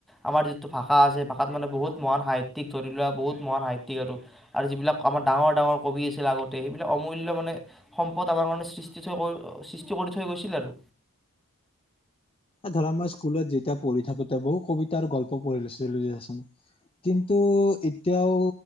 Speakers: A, in the centre; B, on the left.
A: আমাৰ যিটো ভাষা আছে ভাষাত মানে বহুত মহান সাহিতয়িক ধৰি লোৱা বহুত মহান সাহিতয়িক আৰু আৰু যিবিলাক আমাৰ ডাঙৰ ডাঙৰ কবি আছিল আগতে সেইবিলাক অমূল্য মানে সম্পদ আমাৰ কাৰে <unintelligible> সৃষ্টি কৰি থৈ গৈছিল আৰু।
B: ধৰা আমাৰ স্কুলত যেতিয়া পঢ়ি থাকোতে বহুত কবিতা আৰু গল্প পঢ়ি লৈছিলোচোন কিন্তু এতিয়াও